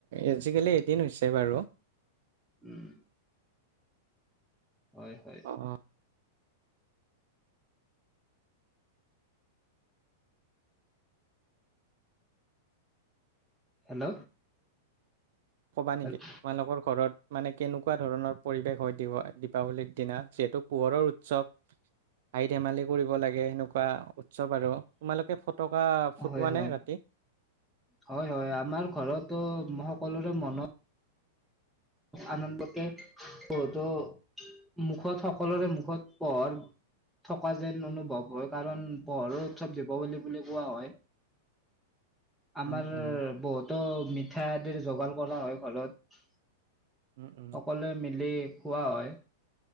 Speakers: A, on the right; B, in the centre.
A: আজিকালি এদিন হৈছে, বাৰু
B: উম হয়-হয়
A: অ',
B: হেল্ল'।
A: কবা নেকি
B: হেল্ল'?
A: তোমালোকৰ ঘৰত। মানে কেনেকুৱা ধৰণৰ পৰিৱেশ হয় দীপাৱলীৰ দিনা যিহেতু পোহৰৰ উৎসৱ। হাঁহি ধেমালি কৰিব লাগে, সেনেকুৱা উৎসৱ আৰু তোমালোকে ফটকা ফুটোৱা
B: হয় হয়
A: নে ৰাতি। <inaudible>
B: হয় হয় আমাৰ ঘৰতো মনত। আনন্দক বহুতো মুখত সকলোৰে মুখত পোহৰ থকা যেন অনুভৱ হয়, কাৰণ পোহৰো উৎসৱ দীপৱলী বুলি কোৱা হয়। আমাৰ
A: উম উম
B: বহুতো মি। ঠা আদিৰ যোগান কৰা হয় ঘৰত। সকলোৱে
A: উম উম
B: মিলি খোৱা হয়।